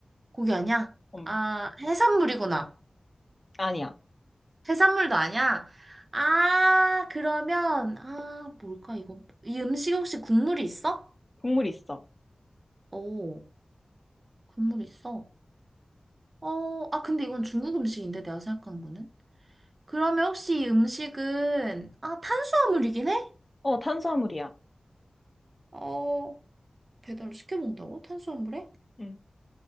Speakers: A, on the right (about 50°); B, on the left (about 30°).
A: 고기 아니야?
B: 음.
A: 아 해산물이구나.
B: 아니야.
A: 해산물도 아니야? 아 그러면 아 뭘까 이거 이 음식 혹시 국물이 있어?
B: 국물 있어.
A: 오. 국물 있어. 어, 아, 근데 이건 중국 음식인데, 내가 생각한 거는. 그러면 혹시 이 음식은, 아, 탄수화물이긴 해?
B: 어, 탄수화물이야.
A: 어, 배달을 시켜 먹는다고? 탄수화물에?
B: 응.